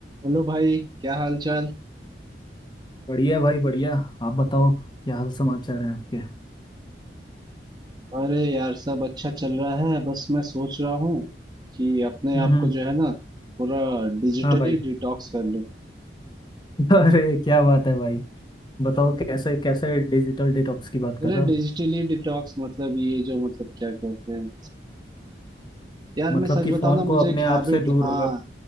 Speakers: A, on the right (about 25°); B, on the left (about 25°).
A: हेलो भाई क्या हाल चाल
B: बढ़िया भाई बढ़िया आप बताओ क्या हाल समाचार है आपके
A: अरे यार सब अच्छा चल रहा है बस मैं सोच रहा हूँ कि अपने
B: हम्म
A: आप
B: हम्म
A: को जो है ना पूरा डिजिटली
B: हाँ भाई
A: डिटॉक्स कर लूँ
B: <laughs> अरे क्या बात है भाई बताओ कैसे कैसे डिजिटल डिटॉक्स की बात
A: अरे
B: कर रहे हो
A: डिजिटली डिटॉक्स मतलब ये जो मतलब क्या कहते हैं यार
B: मतलब
A: मैं सच
B: कि
A: बताऊँ
B: फोन
A: ना मुझे
B: को अपने
A: एक
B: आप
A: हैबिट
B: से दूर
A: हाँ
B: रखो